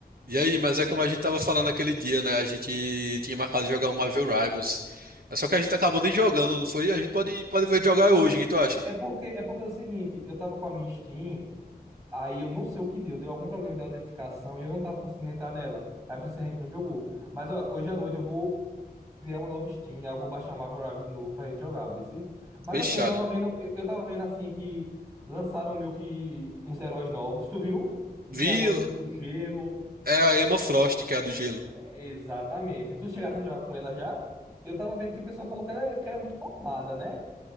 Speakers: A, on the right (about 65°); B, on the right (about 20°).
A: E aí, mas é como a gente tava falando aquele dia, né? A gente tinha marcado de jogar um Marvel Rivals. Mas só que a gente acabou nem jogando, não foi? A gente pode, pode ver jogar
B: Foi.
A: hoje, o que tu acha?
B: É, é porque é porque é o seguinte, eu tava com a minha Steam, aí eu não sei o que deu, deu algum problema de autenticação e eu não tava conseguindo entrar nela. Aí por isso que a gente não jogou. Mas ó, hoje à noite eu vou criar uma nova Steam, aí eu vou baixar o Marvel Rivals de novo pra gente jogar, viu? se- Mas
A: Fechado.
B: assim, eu tava vendo, eu, eu tava vendo assim que lançaram meio que uns heróis novos, tu viu?
A: Vi,
B: Que tem agora um do gelo.
A: é a Emma Frost, que é a do gelo.
B: É, Exatamente. Tu chegasse a jogar com ela já? Eu tava vendo que o pessoal falou que ela, é- que ela é muito roubada, né?